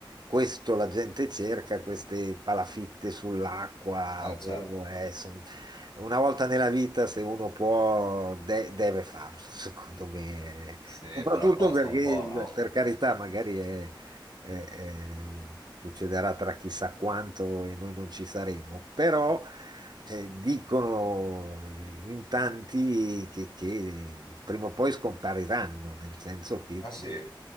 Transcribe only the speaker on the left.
eh,
certo.
Sì,
però costa
un po', no?
Ah
sì?